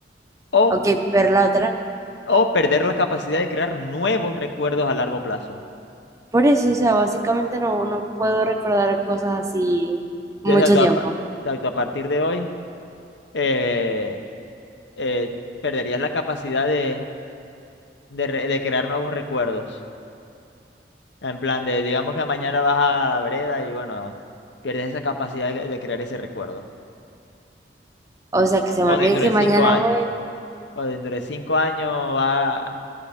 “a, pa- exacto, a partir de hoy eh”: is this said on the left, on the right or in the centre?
Left